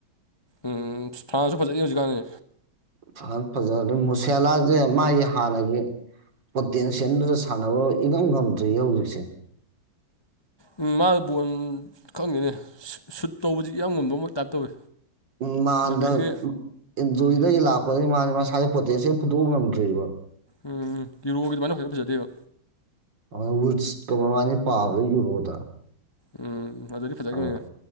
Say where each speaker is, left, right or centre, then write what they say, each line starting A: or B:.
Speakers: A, on the left; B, on the right.
A: ꯎꯝ ꯐ꯭ꯔꯥꯟꯁꯁꯨ ꯐꯖꯩ ꯍꯧꯖꯤꯛ ꯀꯔꯤ
B: ꯐ꯭ꯔꯥꯟꯁ ꯐꯖ ꯍꯜꯂꯤ ꯃꯨꯁꯤꯌꯥꯂꯥꯁꯦ ꯃꯥꯒꯤ ꯍꯥꯟꯅꯒꯤ ꯄꯣꯇꯦꯟꯁꯤꯌꯦꯜꯗꯨꯗ ꯁꯥꯟꯅꯕ ꯏꯉꯝ ꯉꯝꯗ꯭ꯔꯤꯌꯦ ꯍꯧꯖꯤꯛꯁꯦ
A: ꯎꯝ ꯃꯥꯅ ꯕꯣꯟ ꯈꯪꯗꯦꯅꯦ ꯁꯨꯠ ꯇꯧꯕꯁꯤ ꯏꯉꯝ ꯉꯝꯗꯥꯕꯩ ꯇꯥꯏꯞ ꯇꯧꯋꯤ
B: ꯎꯝ ꯃꯥ ꯍꯟꯗꯛ
A: ꯑꯗꯒꯤ
B: ꯨꯔꯤꯗꯒꯤ ꯂꯥꯛꯄꯗꯒꯤ ꯃꯥꯒꯤ ꯃꯁꯥꯒꯤ ꯄꯣꯇꯦꯟꯁꯦꯜ ꯐꯨꯊꯣꯛꯄ ꯉꯝꯗ꯭ꯔꯤꯕ
A: ꯎꯝ ꯀꯤꯔꯣꯒꯤ ꯑꯗꯨꯃꯥꯏꯅ ꯍꯧꯖꯤꯛ ꯐꯖꯗꯦꯕ
B: ꯑꯗꯨ ꯋꯤꯠꯁꯀ ꯃꯕꯥꯟꯅꯤ ꯄꯥꯕꯗꯣ ꯌꯨꯔꯣꯗ
A: ꯎꯝ ꯑꯗꯨ ꯗꯥꯗꯤ ꯐꯖꯒꯤꯕꯅꯦ
B: ꯑꯗꯣ